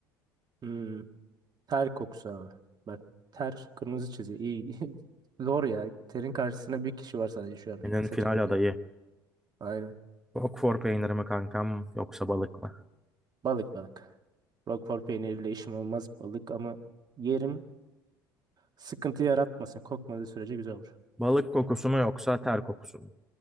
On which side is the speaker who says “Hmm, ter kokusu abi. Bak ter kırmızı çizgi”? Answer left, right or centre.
Right